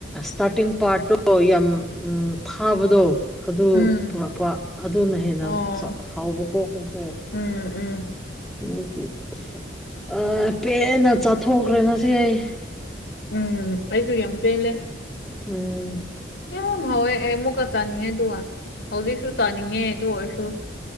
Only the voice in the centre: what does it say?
ꯁ꯭ꯇꯥꯔꯇꯤꯡ ꯄꯥꯔꯠꯇꯣ ꯌꯥꯝ ꯎꯝ ꯊꯥꯕꯗꯣ ꯑꯗꯨ
ꯄꯨꯔꯛꯄ ꯑꯗꯨꯅ ꯍꯦꯟꯅ
ꯆ ꯍꯥꯎꯕꯀꯣ ꯑꯈꯣꯏꯁꯦ
<unintelligible> ꯑ ꯄꯦꯟꯅ ꯆꯥꯊꯣꯛꯈ꯭ꯔꯦ ꯉꯁꯤ ꯑꯩ
ꯎꯝ